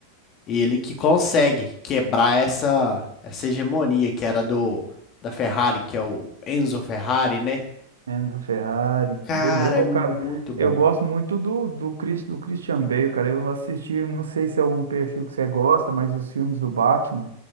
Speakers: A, on the left; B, on the right.
A: Ele que consegue quebrar essa, essa hegemonia que era do da Ferrari, que é o Enzo Ferrari, né?
B: Enzo Ferrari,
A: Cara,
B: beleza.
A: é
B: Ô,
A: muito
B: cara,
A: bom.
B: eu gosto muito do, do, Chris, do Christian Bale, cara. Eu assisti, não sei se é algum perfil que você gosta, mas os filmes do Batman,